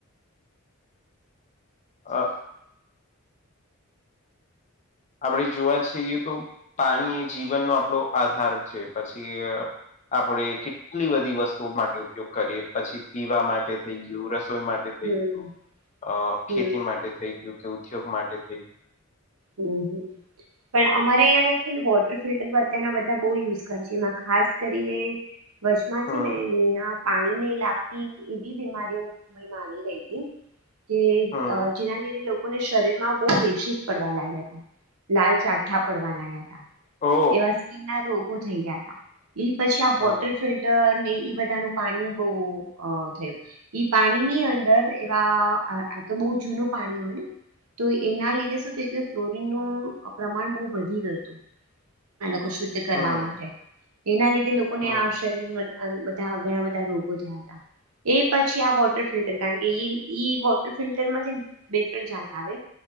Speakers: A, on the left; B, on the right.
A: હ આપણે જોવા જઈએ તો પાણી એ જીવનનો આપણો આધાર છે પછી આપણે કેટલી બધી વસ્તુઓ માટે ઉપયોગ કરીએ પછી પીવા માટે થઈ ગયું રસોઈ માટે
B: હમ હમ
A: અ
B: હમ
A: ખેતી માટે થઈ ગયું કે ઉદ્યોગ માટે થઈ ગયું
B: હમ્મ હમ્મ પણ અમારે અહીંયા <unintelligible> વોટર ફિલ્ટર અત્યારના બધા બહુ યુઝ કર છે એમાં ખાસ કરીને વચમાં
A: હમ
B: છે ને અં પાણીને લાગતી એવી બીમારીઓમાં આવી રહી હતી કે
A: હમ
B: અ જેના લીધે લોકોને શરીર માં બહુ રેશીસ પડવા લાગ્યા હતા લાલ ચાઠા પડવા લાગ્યા હતા.
A: ઓ
B: એવા સ્કીિન ના રોગો થઈ ગયા તા એ પછી આ
A: હમ
B: વોટર ફિલ ટર ને એ બધાનું પાણી બહ અ થયું ઈ પાણી ની અંદર એવા આ તો બહ જૂનું પાણી હોય ને તો એના લીધે શું થયું ફ્લોરીન નું પ્રમાણ બહુ વધી ગયુ તું આ લોકો શુદ્ધ કરવા
A: હમ
B: માટે એના લીધે લોકો ને
A: હમ
B: આ આવશે શરીરમાં બધા ઘણા બધા રોગો થયા હતા. એ પછી આ વોટર ફિલ્ટર કારણ કે ઈ વોટર ફિલ્ટરમાં છે ને બે ત્રણ જાત આવે